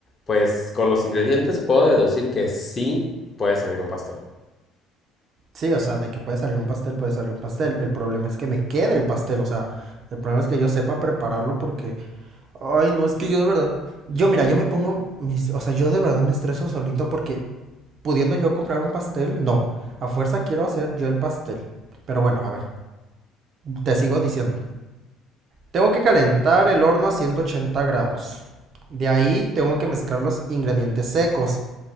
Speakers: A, on the left; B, on the right.
A: pues con los ingredientes puedo deducir que sí puede salir un pastel.
B: Sí, o sea, de que puede salir un pastel, puede salir un pastel. El problema es que me quede el pastel, o sea, el problema es que yo sepa prepararlo porque Ay, no, es que yo de verdad, yo mira, yo me pongo mis, o sea, yo de verdad me estreso solito porque pudiendo yo comprar un pastel, no, a fuerza quiero hacer yo el pastel. Pero bueno, a ver, te sigo diciendo. Tengo que calentar el horno a 180 grados. De ahí tengo que mezclar los ingredientes secos,